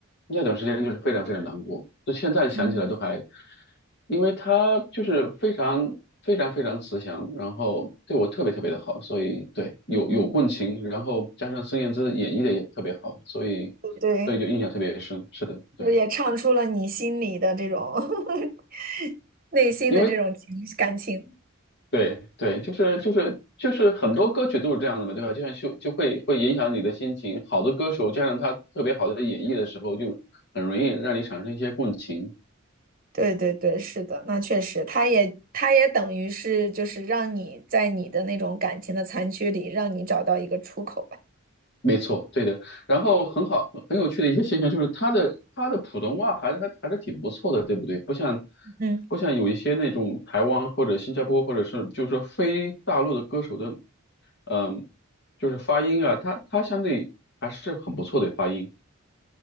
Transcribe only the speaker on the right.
嗯
嗯。嗯。
对，
就也唱出了你心里的这种 <laughs> 内心的这种情感情。
对对对，是的，那确实，他也他也等于是就是让你在你的那种感情的残缺里，让你找到一个出口吧。
嗯，